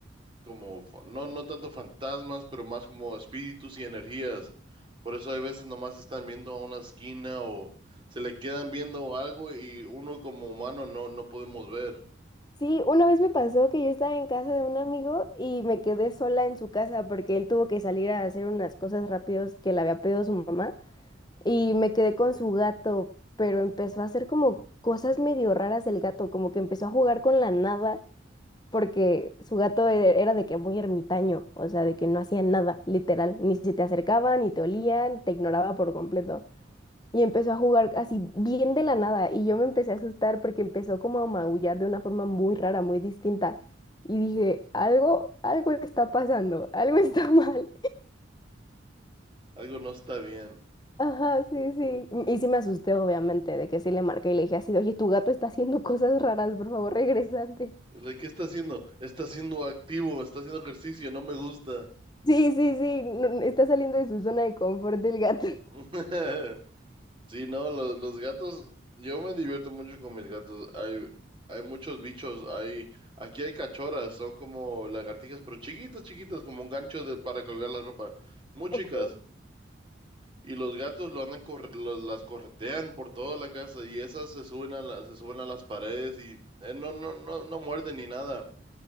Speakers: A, on the right; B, on the left.
A: como, fa- no, no tanto fantasmas, pero más como espíritus y energías. Por eso hay veces nomás están viendo a una esquina o se le quedan viendo algo y uno como humano no, no podemos ver.
B: Sí, una vez me pasó que yo estaba en casa de un amigo y me quedé sola en su casa porque él tuvo que salir a hacer unas cosas rápidos que le había pedido su mamá y me quedé con su gato, pero empezó a hacer como cosas medio raras el gato, como que empezó a jugar con la nada porque su gato e- era de que muy ermitaño, o sea, de que no hacía nada, literal, ni se te acercaba, ni te olía, te ignoraba por completo. y empezó a jugar así bien de la nada y yo me empecé a asustar porque empezó como a maullar de una forma muy rara, muy distinta. Y dije, algo, algo está pasando, algo está <laughs> mal.
A: Algo no está bien.
B: Ajá, sí, sí. Y sí me asusté, obviamente, de que sí le marqué y le dije así, de, oye, tu gato está haciendo <laughs> cosas raras, por favor, regresante.
A: ¿De qué está haciendo? Está siendo activo, está haciendo ejercicio, no me gusta.
B: Sí, sí, sí, no- no, está saliendo de su zona de confort del gato. <laughs>
A: <laughs> Sí, no, los, los gatos, yo me divierto mucho con mis gatos. Hay, hay muchos bichos, hay, aquí hay cachorras, son como lagartijas, pero chiquitas, chiquitas, como un gancho de, para colgar la ropa, muy
B: Ok,
A: chicas. Y los gatos lo andan corre- lo- las corretean por toda la casa y esas se suben a la- se suben a las paredes y eh, no, no, no, no muerden ni nada